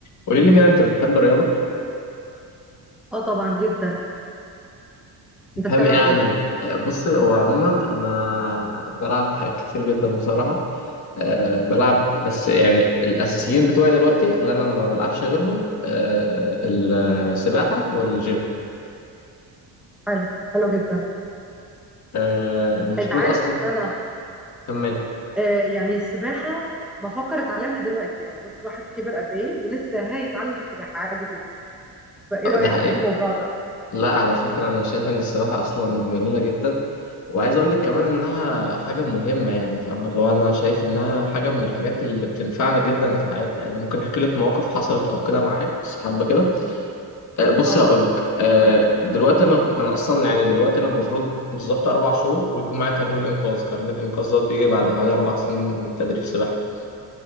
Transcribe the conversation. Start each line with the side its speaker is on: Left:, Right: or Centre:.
Left: قولي لي كده انت بتحب الرياضه
Centre: اه طبعا جدا
Left: تفهمي
Centre: انت بتلعب
Left: ايه عن
Centre: ايه
Left: آه، بصي هو عموما انا بلعب حاجات كتير جدا بصراحه أه بلعب بس يعني الاساسيين بتوعي دلوقتي اللي انا ما بلعبش غيرهم أه السباحه والجيم
Centre: حلو حلو جدا
Left: أه المفروض
Centre: انت عارف
Left: اصلا
Centre: ان انا
Left: كمل
Centre: آه يعني السباحه بفكر اتعلمها دلوقتي يعني بص الواحد كبر قد ايه ولسه هيتعلم سباحه عادي جدا فايه
Left: آه،
Centre: رايك
Left: ده حقيقي
Centre: في الموضوع ده
Left: لا على فكرة أنا شايف إن السباحة أصلا جميلة جدا وعايز أقول لك كمان إنها حاجة مهمة يعني فاهمة اللي هو أنا شايف إنها حاجة من الحاجات اللي بتنفعنا جدا في حياتنا يعني أنا ممكن أحكي لك مواقف حصلت أو كده
Centre: طيب،
Left: معايا بس حابة كده
Centre: قول لي
Left: آه، بصي
Centre: اه آه.
Left: هقول لك آه، دلوقتي أنا أنا أصلا يعني دلوقتي أنا المفروض بالظبط أربع شهور ويكون معايا كارنيه الإنقاذ كارنيه الإنقاذ ده بيجي بعد حوالي أربع سنين تدريب سباحة